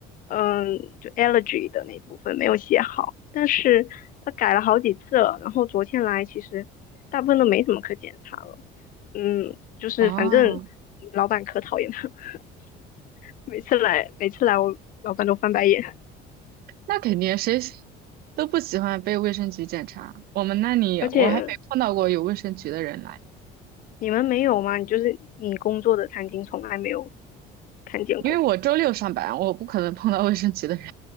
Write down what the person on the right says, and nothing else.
哦，
那肯定，谁都不喜欢被卫生局检查。我们那里我还没碰到过有卫生局的人来。
因为我周六上班，我不可能碰到卫生局的人